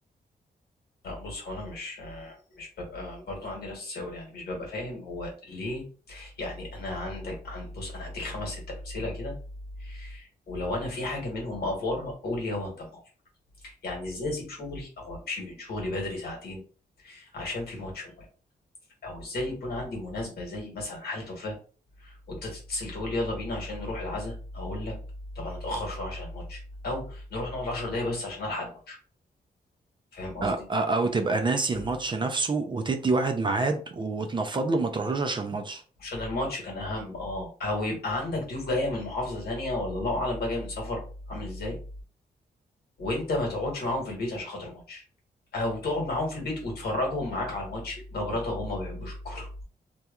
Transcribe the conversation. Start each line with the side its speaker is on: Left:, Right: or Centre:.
Left: لا بص هو انا مش مش ببقى برضو عندي نفس السؤال يعني مش ببقى فاهم هو ليه يعني انا عندك عن بص انا هديك خمس ست امثله كده ولو انا في حاجه منهم مقفورها قول لي هو انت مقفور يعني ازاي اسيب شغلي او امشي من شغلي بدري ساعتين عشان في ماتش مهم او ازاي يكون عندي مناسبه زي مثلا حاله وفاه وانت تتصل تقول لي يلا بينا عشان نروح العزاء اقول لك طب انا اتاخر شويه عشان الماتش او نروح نقعد 10 دقايق بس عشان الحق الماتش فاهم قصدي
Right: أ- أ- او تبقى ناسي
Left: إيه؟
Right: الماتش نفسه وتدي واحد ميعاد وتنفض له ما تروحلوش عشان الماتش
Left: عشان الماتش كان اهم اه او يبقى عندك ضيوف جايه من محافظه تانية ولا الله اعلم بقى جايه من سفر عامل ازاي وانت ما تقعدش معاهم في البيت عشان خاطر ماتش او تقعد معاهم في البيت وتفرجهم معاك على الماتش جبرته وهم ما بيحبوش الكوره